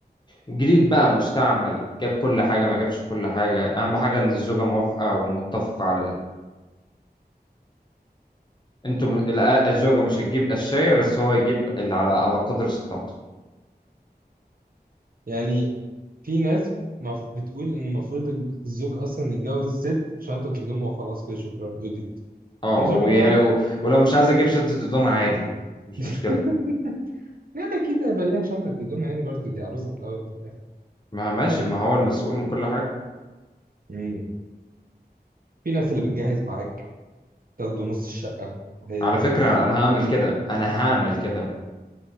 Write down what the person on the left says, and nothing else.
جديد بقى مستعمل جاب كل حاجة ما جابش كل حاجة أهم حاجة إن الزوجة موافقة ومتفقة على ده انتوا م- الأ- الزوجه مش هتجيب قشايه بس هو يجيب اللي على على قدر استطاعته
اه
وي-
ولو مش عايز اجيب سنت الدمعه عادي مش
مشكله
ما هو ماشي ما هو المسؤول من كل حاجه
على
فكره
انا هعمل كده انا هعمل كده